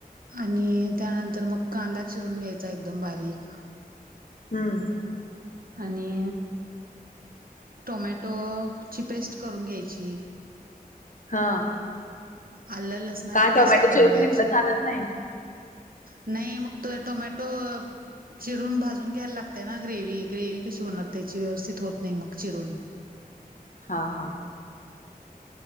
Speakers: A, on the right; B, on the left.
A: आणि त्यानंतर मग, कांदा चिरून घ्यायचा एकदम बारीक.
B: हम्म.
A: आणि टोमॅटोची पेस्ट करून घ्यायची.
B: हा.
A: आलं, लसणाची
B: का टोमॅटो
A: पेस्ट करून
B: चिरून
A: घ्यायची.
B: घेतलं चालत नाही
A: नाही मग, तो टोमॅटो. चिरून भाजून घ्यायला लागतय ना ग्रेवी, ग्रेवी कशी होणार त्याची व्यवस्थित होत नाही मग चिरून.
B: हा हा.